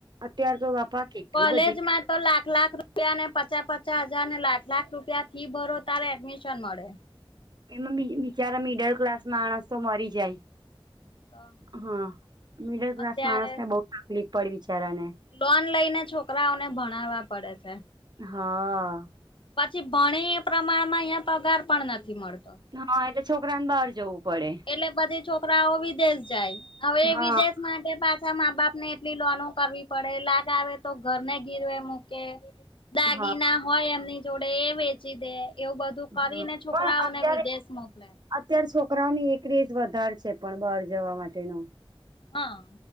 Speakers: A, on the right (about 50°); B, on the left (about 65°).
A: અત્યાર તો બાપા કેટલી
B: કોલેજમાં
A: બધી
B: તો લાખ લાખ રૂપિયા ને પચાસ પચાસ હજાર ને લાખ લાખ રૂપિયા ફી ભરો તારે એડમિશન મળે
A: એમાં બિચારા મિડલ ક્લાસ માણસ તો મરી જાય
B: તો
A: હા મિડલ ક્લાસ
B: અત્યારે
A: માણસ ને બહુ તકલીફ પડી બિચારાને
B: લોન લઈને છોકરાઓને ભણાવવા પડે છે.
A: હા
B: પછી ભણે એ પ્રમાણમાં અહીં પગાર પણ નથી મળતો.
A: હા એટલે છોકરા ને બહાર જવું પડે.
B: એટલે બધી છોકરાઓ વિદેશ જાય હવે એ
A: હા
B: વિદેશ માટે પાછા મા બાપ ને એટલી લોનો કરવી પડે લાડ આવે તો ઘર ને ગીરવે મૂકે. દાગી
A: હા
B: ના હોય એમની જોડે એ વેચી દે એવું બધું.
A: હા
B: કરીને છોકરાઓને
A: પણ અત્યારે
B: વિદેશ મોકલે.
A: અત્યારે છોકરાઓન એકરેજ વધારે છે પણ બહાર જવા માટેનો.
B: હા